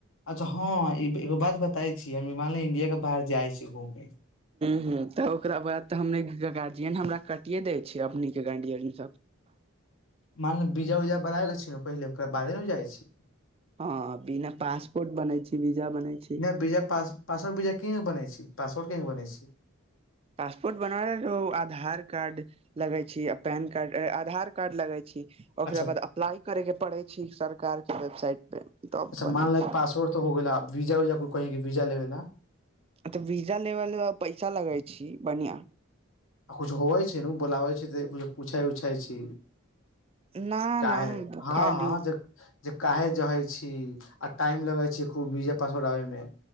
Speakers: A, on the left; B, on the right.
A: अच्छा हँ एगो बात बताय छी हमालय इंडिया के बाहर जाइ छी घूमे।
B: ह तऽ ओकरा बाद तऽ हम गार्जियन हमरा कटिये दय छै अपनी के गार्जियन सभ।
A: मान बीजा उजा बना के छै ने पहिले ओकरा बादे नै जाई छै।
B: ह बिना पासपोर्ट बनै छै वीजा बनै छै।
A: बीजा पा पास वर्ड बिजा केबनै छै पासवर्ड के बने छै
B: पासपोर्ट बनबै रहे आधार कार्ड। लगै छी पैन कार्ड आधार कार्ड लगै छी।
A: अच्छा
B: ओकरा बाद अप्लाइ करैके पड़ै छै सरकार के वेबसाइट पे तब
A: अच्छा
B: बने
A: मान ल
B: छै।
A: पासवर्ड हो गेल वीजा उजा कही वीजा लेबा।
B: तऽ वीजा लेब लऽ पैसा लगे छी बढ़िया।
A: आ कु होवे छै ने बोलाबै छै तऽ कुछु पूछै उछा छै।
B: न
A: कऽ
B: न
A: हँ
B: खाली
A: हँ ज। जे काहे जहे छी आ टाइम लगे छी खूब वीजे पास आबय मे।